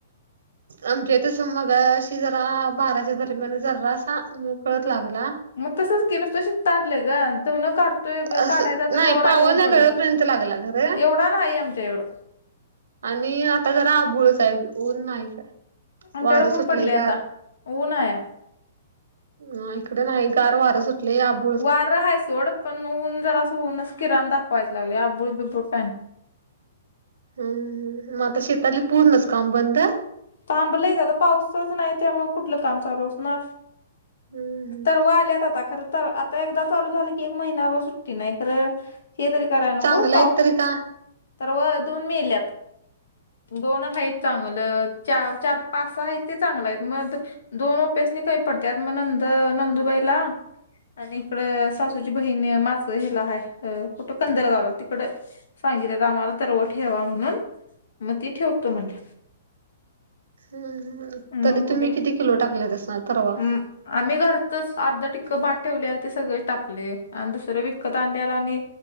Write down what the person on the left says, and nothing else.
मग तसंच केलं तशी काढलंय ग दोन काढतोय ग
काढाय जातोय
तवर
आणि ऊन पडलं
एवढं- काम आहे आमच्या इकडं
आमच्याकडे
ऊन पडले आता
ऊन आहे.
वारं आहे सोड पण ऊन जरा असं ऊनच किरण दाखवायच लागले आबुळ बिबुळ काय नाही.
थांबलंयच आता पाऊसच नाही त्यामुळे कुठलं काम चालू असणार.
तर वाळल्यात आता खरच. तर आता एकदा चालू झालं की एक महिनावर सुट्टी नाही तर. हे तरी कराय नगो
पाऊस
तर व दोन मेल्यात दोन आहेत चांगलं. च चार पाच सहा आहेत की चांगल मध दोन उप्यास नि कमी पडत्यात मग नंद नंदुबाईला आणि इकड सासूची बहीण माझं हिला आहे कुठं कंदरगावला तिकड. सांगितलं तर आम्हाला तरव ठेवा म्हणून मग ती ठेवतो म्हणले.
मग
बघूया
म, आम्ही घरातच अर्ध टिक्क भात ठेवले अन् ते सगळे टाकले आणि दुसरं विकत आणलेला आणि